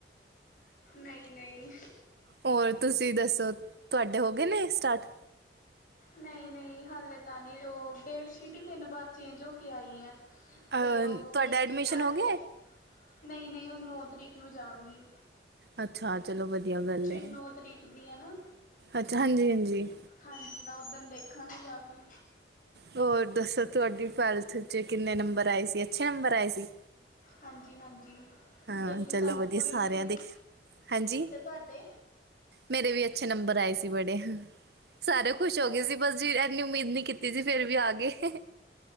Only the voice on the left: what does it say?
ਨਹੀਂ -ਨਹੀਂ।
ਨਹੀਂ -ਨਹੀਂ, ਹੱਲੇ ਤਾਂ ਨਹੀਂ। ਉਹ ਡੇਟ ਸ਼ੀਟ ਹੀ ਤਿੰਨ ਵਾਰ ਚੇਂਜ ਹੋ ਕੇ ਆਈ ਹੈ।
ਤੇ ਉਹ
ਕ
ਨਹੀਂ-
ਨਹੀਂ, ਉਹ ਨੌ ਤਰੀਕ ਨੂੰ ਜਾਵਗੀ।
ਨੌ ਤਰੀਕ ਦੀ ਹੈ ਨਾ
ਹਾਂਜੀ ਤਾਂ ਓਦਣ ਦੇਖਾਂਗੇ ਜਾ ਕੇ।
ਹਾਂਜੀ -ਹਾਂਜੀ।
ਏਟੀ
ਫਾਈਵ
ਪੁਆਇੰਟ
ਸਿਕਸ
ਤੇ ਤੁਹਾਡੇ
ਹਾਂਜੀ